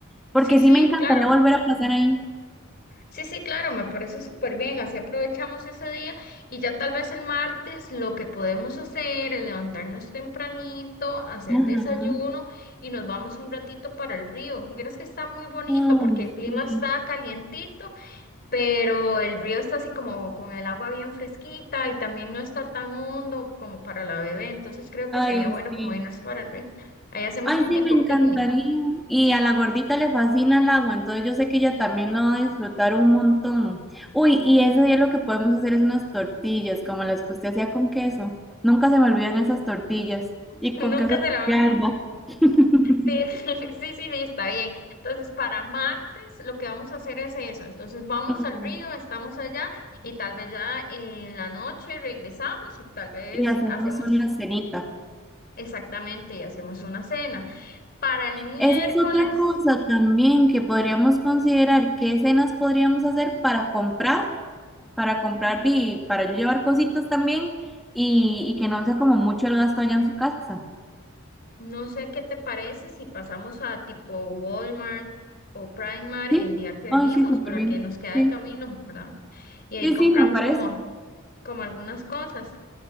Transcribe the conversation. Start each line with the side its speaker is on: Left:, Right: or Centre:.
Centre: porque
Left: Sí, sí,
Centre: sí me encantaría
Left: claro.
Centre: volver a pasar ahí.
Left: Sí, sí, claro, me parece súper bien. Así aprovechamos ese día y ya tal vez el martes lo que podemos hacer es levantarnos tempranito, hacer
Centre: Ajá.
Left: desayuno y nos vamos un ratito para el río. Vieras que está muy bonito
Centre: Ay,
Left: porque el clima
Centre: sí,
Left: está calientito pero el río está así como con el agua bien fresquita y también no está tan hondo como para la bebé, entonces creo
Centre: ay,
Left: que sería bueno
Centre: sí.
Left: como irnos para el río. Ahí hacemos
Centre: Ay,
Left: un
Centre: sí,
Left: tipo
Centre: me encantaría.
Left: picnic.
Centre: Y a la gordita le fascina el agua, entonces yo sé que ella también lo va a disfrutar un montón. Uy, y ese día lo que podemos hacer es unas tortillas, como las que usted hacía con queso. Nunca se me olvidan esas tortillas.
Left: <laughs>
Centre: Y
Left: Nunca
Centre: con queso
Left: se lo van.
Centre: de alba. <laughs>
Left: Sí, <laughs> sí, sí, sí, está bien. Entonces, para martes lo que vamos a hacer es eso. Entonces, vamos
Centre: Ujú.
Left: al río, estamos allá y tal vez ya en la noche regresamos y tal vez
Centre: Y hacemos
Left: hacemos
Centre: una cenita.
Left: exactamente y hacemos una cena. Para el miércoles.
Centre: Esa es otra cosa también que podríamos considerar, qué escenas podríamos hacer para comprar, para comprar y para yo llevar cositas también y, y que no sea como mucho el gasto allá en su casa.
Left: No sé qué te parece si pasamos a tipo Walmart o Primark
Centre: ¿Sí?
Left: el día que
Centre: Ay,
Left: venimos,
Centre: sí, súper
Left: para
Centre: bien.
Left: que nos queda
Centre: Sí,
Left: de camino, ¿verdad? Y ahí
Centre: sí,
Left: compramos
Centre: sí, me parece.
Left: como, como algunas cosas.